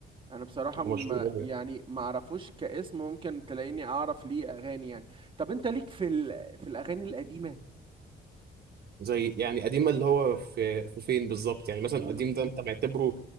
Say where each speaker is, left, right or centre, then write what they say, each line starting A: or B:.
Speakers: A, on the right (about 25°); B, on the right (about 55°).
A: انا بصراحة
B: هو
A: ما
B: مشهور قوي
A: يعني ما اعرفوش كاسم ممكن تلاقيني اعرف ليه اغاني يعني طب انت ليك في ال... في الاغاني القديمة
B: زي يعني قديم اللي هو في في فين بالظبط يعني مثلا
A: م...
B: قديم ده انت معتبره